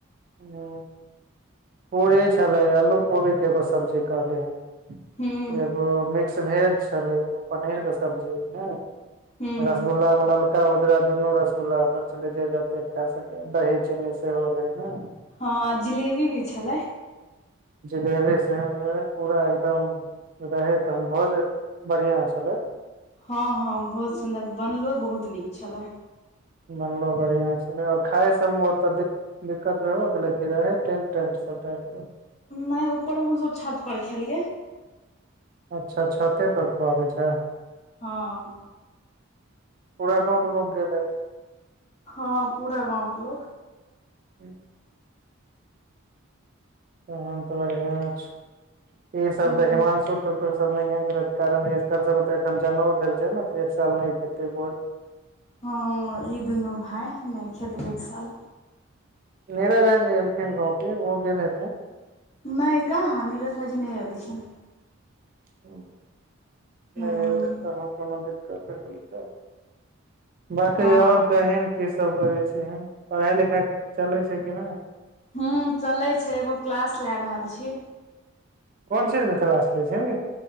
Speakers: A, on the right; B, on the left.
A: हूँ पूरी छलै आलू कोबीके एगो सब्जी कहलिहीं
B: हूँ
A: एगो मिक्स- -भेज छलै एगो पनीरके सब्जी नै
B: हूँ
A: रसगुल्ला ललका उजरा दुनू रसगुल्ला अपन छले जे जते खा सकेऽ दही चीनी सेहो रहेै ने
B: हाँ आ जिलेबी भी छलै
A: जिलेबी से ए-पूरा एकदम रहै तहन भोज बढ़ियाँ छलै
B: हाँ हाँ बहुत सुन्दर बनलो बहुत नीक छलै
A: बनलो बढ़ियाँ छलै आओर खाइ सभमे ओतऽ दिक्क- दिक्कत भेबो केलै कि रहै टेन्ट-टेन्ट सब टाइट
B: नहि उपरमे हमसभब छत पर खेलियै
A: अच्छा छते पर खुआबै छै
B: हाँ
A: पूरा गाँंवके लोग गेल हेतै
B: हाँ पूरा गाँंवके लोक
A: हूँ तन तऽ बढ़ियाँ छो ई सब
B: हूँ
A: तऽ हिमांशु टूटू सब नहि गेल हतौ कारण एकर सबकें जनउ भेल छै ने एक साल नहि खेतै भोज
B: हाँ ई दुनू भाइ नहि खेतै एक साल
A: नीरज राय नहि एलखिन गांव कि ओ गेल हेथिन
B: नहि कहाँ नीरज भाइजी नहि एलखिन
A: हूँ
B: हूँ
A: नहि एलै तहन कोनो दिक्कत भेल हेतै बाँकी
B: हँ
A: आओर कहिन की सब करै छिहींन पढ़ाइ लिखाइ चलै छै कि नहि
B: हुँ चले छै एगो क्लास लै रहल छी
A: कोन चीज केँ कलास लैय छही गे